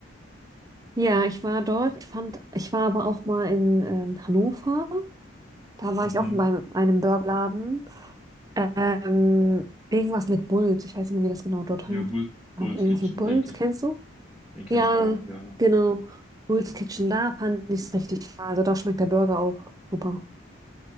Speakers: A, on the right; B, in the centre.
A: Ja, ich war dort. Ich fand, ich war aber auch mal in ähm, Hannover. Da war
B: Mhm.
A: ich auch bei einem Burgerladen. Ähm, irgendwas mit Bulls. Ich weiß nicht mehr, wie das genau dort
B: Ja,
A: heißt.
B: Bull,
A: War
B: Bull's
A: das irgendwas
B: Kitchen,
A: mit Bulls?
B: denke,
A: Kennst du?
B: den kenne
A: Ja,
B: ich auch, ja.
A: genau. Bulls Kitchen, da fand ich es richtig. wahr. Also da schmeckt der Burger auch super.